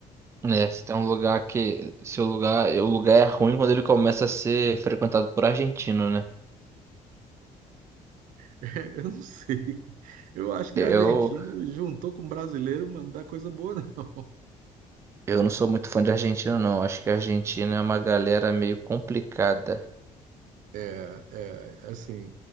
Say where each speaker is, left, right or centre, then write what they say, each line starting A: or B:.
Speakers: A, on the right; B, on the right.
A: É, se tem um lugar que. Se o lugar. O lugar é ruim quando ele começa a ser frequentado por argentino, né?
B: <laughs> Eu não sei. Eu acho que
A: Eu,
B: argentino juntou com brasileiro, mano, não dá coisa boa, não.
A: eu não sou muito fã de argentino, não. Acho que a Argentina é uma galera meio complicada.
B: É, é, assim,